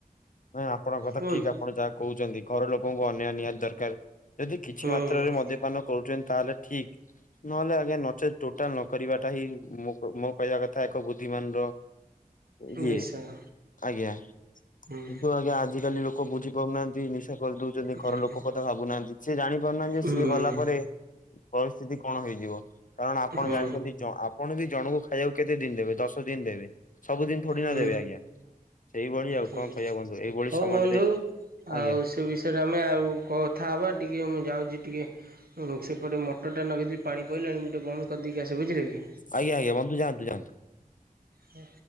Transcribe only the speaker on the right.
କୁହନ୍ତୁ
ହୁଁ
ବିଷୟ
ହୁଁ
ହୁଁ
ହୁଁ
ହୁଁ
ହୁଁ
ହୁଁ
ହଉ
ବନ୍ଧୁ
ଆଉ ସେ ବିଷୟରେ ଆମେ ଆଉ କଥା ହବା ଟିକେ ମୁଁ ଯାଉଚି ଟିକେ। ଗୁପ୍ ସେପଟେ ମଟରଟା ନଗେଇଥିଲି ପାଣି ପଡ଼ିଲାଣି ମୁଁ ଟିକେ ବନ୍ଦ କରିଦେଇକି ଆସେ ବୁଝିଲେ କି।
ହୁଁ।